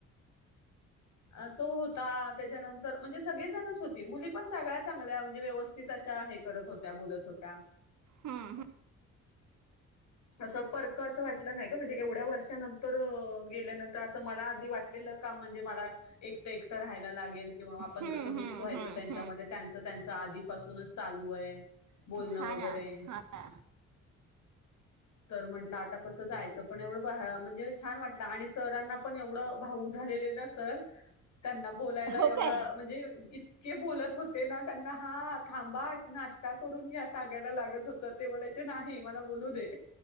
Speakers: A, on the left (about 70°); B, on the right (about 70°).
A: अ तो होता त्याच्यानंतर म्हणजे सगळेजणच होती मुली पण सगळ्या चांगल्या म्हणजे व्यवस्थित अशा हे करत होत्या बोलत होत्या.
B: हम्म हम्म
A: असं परक असं वाटलं नाही ग म्हणजे एवढ्या वर्षानंतर गेल्यानंतर तर असं मला आधी वाटलेलं काम म्हणजे मला एकट एकटं राहायला लागेल तर किंवा आपण
B: हम्म,
A: कसं मिक्स
B: हम्म,
A: व्हायचं
B: हम्म.
A: त्यांच्यामध्ये,, त्यांच त्यांच आधीपासूनच चालू आहे. बोलणं
B: हा
A: वगैरे.
B: ना हा,
A: तर म्हटलं आता कसं जायचं. पण एवढं म्हणजे छान वाटलं, आणि सरांना पण एवढं, भाऊक झालेले ना सर. त्यांना बोलायला
B: हो
A: एवढं,,
B: काय
A: म्हणजेऽ बोलत होते ना त्यांना हा,, थांबा, नाश्ता करून घ्या सांगायला लागत होत. ते बोलायचे नाही, मला बोलू दे.